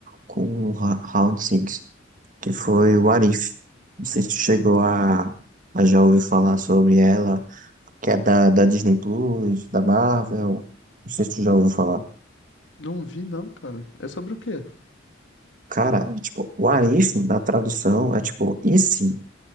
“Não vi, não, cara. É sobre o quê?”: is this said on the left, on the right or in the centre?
Left